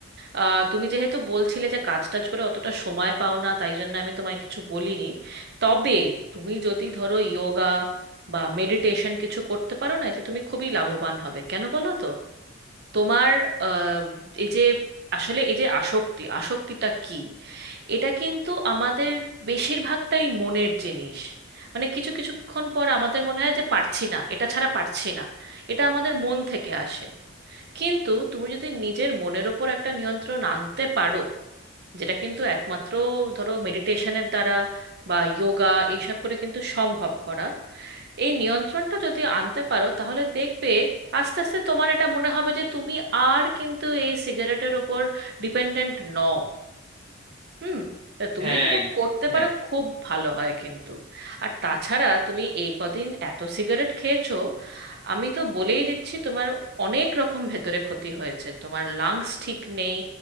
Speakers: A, on the right; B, on the right.
A: আহ, তুমি যেহেতু বলছিলে যে কাজ টাজ করে অতটা সময় পাও না তাই জন্য আমি তোমায় কিছু বলিনি তবে তুমি যদি ধরো যোগা বা মেডিটেশন কিছু করতে পারো না এতে তুমি খুবই লাভবান হবে কেন বলো তো তোমার আহ, এই যে আসলে এই যে আসক্তি আসক্তিটা কি এটা কিন্তু আমাদের বেশিরভাগটাই মনের জিনিস মানে কিছু কিছুক্ষণ পর আমাদের মনে হয় যে পারছি না এটা ছাড়া পারছি না এটা আমাদের মন থেকে আসে কিন্তু তুমি যদি নিজের মনের ওপর একটা নিয়ন্ত্রণ আনতে পারো যেটা কিন্তু একমাত্র ধরো মেডিটেশনের দ্বারা বা যোগা এইসব করে কিন্তু সম্ভব করা এই নিয়ন্ত্রণটা যদি আনতে পারো তাহলে দেখবে আস্তে আস্তে তোমার এটা মনে হবে যে তুমি আর কিন্তু এই সিগারেটের ওপর ডিপেন্ডেন্ট নও হুম তা তুমি
B: হ্যাঁ
A: যদি এটা
B: গ-
A: করতে
B: হ্যাঁ
A: পারো খুব ভালো হয় কিন্তু আর তাছাড়া তুমি এই কদিন এত সিগারেট খেয়েছো আমি তো বলেই দিচ্ছি তোমার অনেক রকম ভেতরে ক্ষতি হয়েছে তোমার লাংস ঠিক নেই